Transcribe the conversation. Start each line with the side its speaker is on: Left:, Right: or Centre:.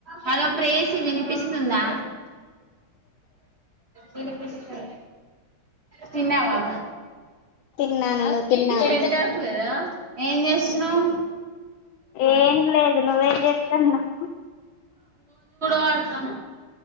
Right: Hello ప్రేయసి వినిపిస్తుందా వినిపిస్తుంది తిన్నావ
Left: తిన్నాను నువ్వు తిన్నావా
Right: తిన్నాను ఏం జేస్తున్నావ్.
Left: ఏం లేదు నువ్వేం చెస్తాన్నావు
Right: పాడ్తా.